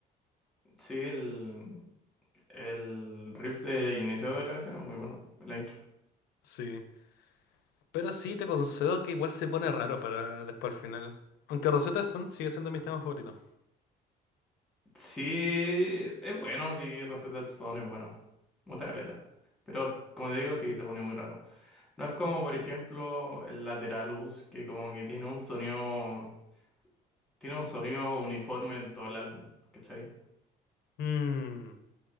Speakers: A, in the centre; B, on the left.
A: Sí, el, el riff de inicio de la canción es muy bueno, la intro.
B: Sí. Pero sí, te concedo que igual se pone raro para después al final. Aunque Rosetta Stone sigue siendo mi tema favorito.
A: Sí, es bueno, sí, Rosetta Stone es bueno. Me gusta caleta. Pero, como te digo, sí, se pone muy raro. No es como, por ejemplo, el Lateralus, que como que tiene un sonido, tiene un sonido uniforme en todo el álbum, ¿cachai?
B: Mmm,